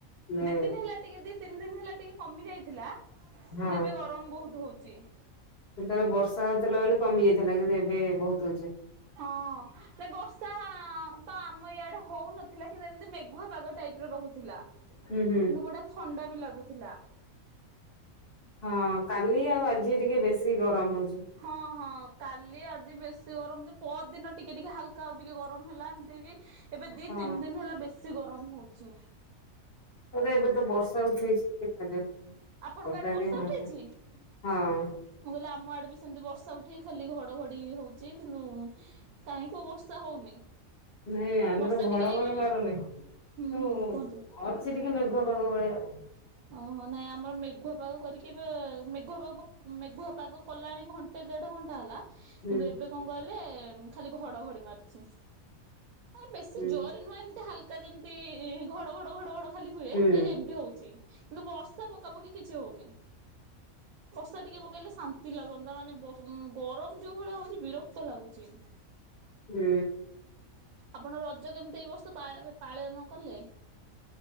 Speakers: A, on the left; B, on the right.
A: ହେଲେ
B: ଦି ଦିନ ହେଲା ଟିକେ ଦି ତିନି ଦିନ ହେଲା ଟିକେ କମି ଯାଇଥିଲା କିନ୍ତୁ
A: ହଁ
B: ଏବେ ଗରମ ବହୁତ ହଉଛି।
A: ସେତେବେଳେ ବର୍ଷା ହଉଥିଲା ବୋଲି କମି ଯାଇଥିଲା। କିନ୍ତୁ ଏବେ ବହୁତ ହଉଛି।
B: ହଁ ନା ବର୍ଷା ତ ଆମ ଇଆଡେ ହଉନଥିଲା। କିିତୁ ଏମିତି ମେଘୁଆ ପାଗ ଟାଇପ ର ରହୁଥିଲା।
A: ହୁଁ ହୁଁ
B: କିନ୍ତୁ ବଢିଆ ଥଣ୍ଡା ବି ଲାଗୁଥିଲା।
A: ହଁ କାଲି ଆଉ ଆଜି ଟିକେ ବେଶି ଗରମ ହଉଛି।
B: ହଁ ହଁ କାଲି ଆଜି ବେଶୀ ଗରମ ପରଦିନ ଟିକେ ଟିକେ ହାଲକା ଆଉ ଟିକେ ଗରମ ହେଲା ଏମିତି କି ଏବେ ଦି
A: ହଁ
B: ତିନି ଦିନ ହେଲା ବେଶି ଗରମ ହଉଚି।
A: ରେ ଏବେ ତ ବର୍ଷା ଉଠେଇଛି ଦେଖାଯାଉ
B: ଆପଣଙ୍କ
A: ବର୍ଷା
B: ଆଡେ
A: ହେଲେ ହଅନ୍ତା
B: ଉଠେଇଛି?
A: ହଁ
B: ମୁଁ କହିଲି ଆମ ଆଡ଼େ ବି ସେମିତି ବର୍ଷା ଉଠି ଖାଲି ଘଡଘଡି ହଉଛି। କିନ୍ତୁ କାହିଁ କୋଉ ବର୍ଷା ହଉନି।
A: ନାଇଁ ଆମର
B: ବର୍ଷା
A: ଘଡଘଡି
B: ଟିକେ ହେଇଗଲେ
A: ମାରୁନି କିନ୍ତୁ
B: ହୁଁ ହୁଁ କୁହନ୍ତୁ।
A: ଅ ଛି ଟିକେ ମେଘ ପାଗ ଭଳିଆ ଆଉ
B: ଓହୋ ନାଇଁ ଆମର ମେଘୁଆ ପାଗ କରିକି ଏବେ ମେଘୁପାଗ ମେଘୁଆ ପାଗ କଲାଣି ଘଣ୍ ଘଣ୍ଟେ ଦେଢ ଘଣ୍ଟା ହେଲା।
A: ହୁଁ
B: କିନ୍ତୁ ଏବେ କଣ କହିଲେ ଖାଲି ଘଡଘଡି ମାରୁଛି। ଆ ବେଶୀ
A: ହୁଁ
B: ଜୋରରେ ନୁହଁ ଏମିତି ହାଲକା ଯେମିତି ଘଡ ଘଡ ଘଡ ଘଡ ଖାଲି ହୁଏ
A: ହୁଁ
B: ସେ ଏମତି ହଉଛି କିନ୍ତୁ ବର୍ଷା ପକାପକି କିଛି ହଉନି। ବର୍ଷା ଟିକେ ପକେଇଲେ ଶାନ୍ତି ଲାଗନ୍ତା ମାନେ ଗରମ ଯୋଉ ଭଳିଆ ହଉଛି ବିରକ୍ତ ଲାଗୁଛି। <inaudible>
A: ହୁଁ
B: ଆପଣ ରଜ କେମିତି ଏଇ ବର୍ଷ ପା-ପାଳୟନ କଲେ?